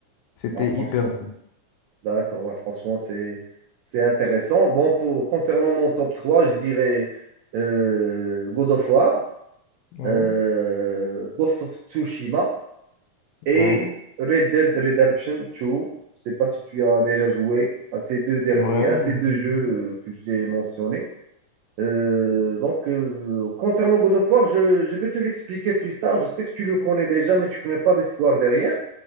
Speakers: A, on the left (about 80°); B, on the right (about 80°).
A: C'était
B: Ah, franchement.
A: hyper bien.
B: D'accord, bah, franchement, c'est c'est intéressant. Bon, pour concernant mon top 3, je dirais euh, God of War,
A: Ouais,
B: euh, Ghost of Tsushima et
A: ouais,
B: Red Dead Redemption 2. Je sais pas si tu as déjà joué à ces deux derniers,
A: ouais.
B: à ces
A: on
B: deux
A: dit
B: jeux
A: toujours.
B: euh, que j'ai mentionnés. Euh, donc, euh, concernant God of War, je, je vais te l'expliquer plus tard. Je sais que tu le connais déjà, mais tu connais pas l'histoire derrière.